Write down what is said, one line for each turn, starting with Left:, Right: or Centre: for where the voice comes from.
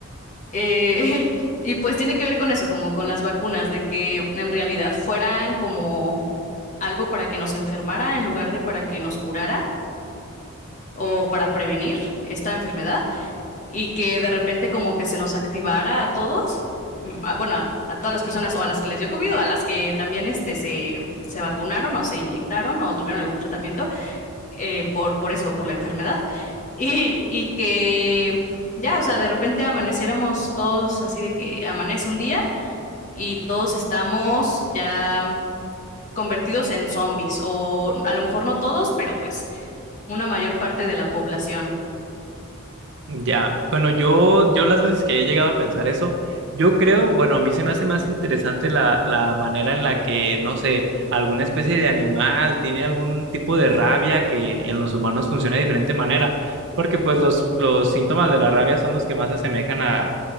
Left: eh, <laughs> y pues tiene que ver con eso, como con las vacunas, de que en realidad fueran como algo para que nos enfermara en lugar de para que nos curara o para prevenir esta enfermedad y que de repente como que se nos activara a todos, mm, a- bueno, a, a todas las personas o a las que les dio COVID o a las que también este, se, se vacunaron o se inyectaron o tuvieron algún tratamiento eh, por, por eso, por la enfermedad. <laughs> Y, y que ya, o sea, de repente amaneciéramos todos así de que amanece un día y todos estamos ya convertidos en zombies o a lo mejor no todos, pero pues una mayor parte de la población.
Right: Ya, bueno, yo, yo las veces que he llegado a pensar eso, yo creo, bueno, a mí se me hace más interesante la, la manera en la que, no sé, alguna especie de animal tiene algún tipo de rabia que en los humanos funciona de diferente manera, porque pues los, los síntomas de la rabia son los que más se asemejan a,